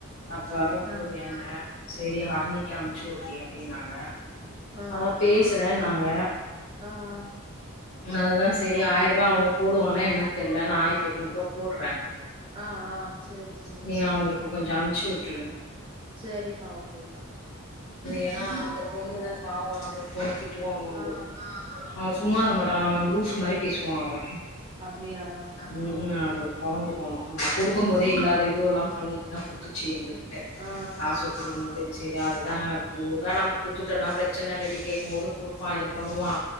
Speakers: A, on the left; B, on the right.
A: அடுத்த வார குடுங்க
B: ஆ
A: என்ன சேரி ஹர்ணிக்கி அமிச்சி வுட்றி அப்டின்னாங்க
B: ஆ ஆ
A: அதா பேசுறேன்னாங்க
B: ஆ ஆ
A: அதா சேரி ஆயருபா அவுங்க போடுவாங்களா என்னன் தெர்ல நா ஆயிரத்தி எட்நூருபா போடுறே
B: ஆ ஆ சேரி
A: நீ அவுங்களுக்கு கொஞ்ச அம்ச்சிவுட்டுடு
B: சேரி பா ஓகே பா
A: ஏனா அந்த பொண்ணுதா பாவொ அது பொண்ணு திட் டு வாங்கு
B: ஆ
A: அது அவ ‌சும்மா இருக்க மாட் டா அவ லூசு மாரி பேசுவா அவ
B: அப்டியா
A: ம் ம் அது ஒரு கொரங்கு கொண அந்த குடுக்கும் போதே இல்லாத இ துவுல்லா பண்ணி னு குத்துச்சு
B: ம்
A: எங்க கிட்ட
B: ஆ ஆ
A: காசு குடுக்கும்போதே சேரி அதுதா ஒழுங்கா நம்ம குத்துட்டோனா ப்ரச்சன இல்லடி கேக்கும் போது குடுப்பா இது பண்ணுவா